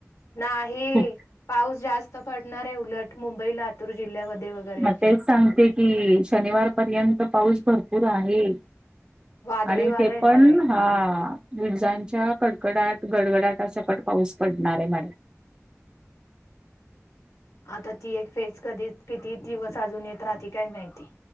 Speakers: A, on the left; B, on the right.
A: नाही.
B: खूप
A: पाऊस जास्त पडणार आहे. उलट मुंबई, लातूर जिल्ह्यामध्ये वगैरे
B: मग तेच सांगते कि, शनिवार पर्यंत पाऊस भरपूर आहे.
A: वादळी
B: आणि
A: वारं
B: ते
A: येणार
B: पण
A: आहे
B: हा, विजांच्या कडकडाट, गडगडाट सकट पाऊस पडणार आहे. मॅडम
A: आता ती एक फेस कधी किती दिवस अजून येत राहते काय माहिती.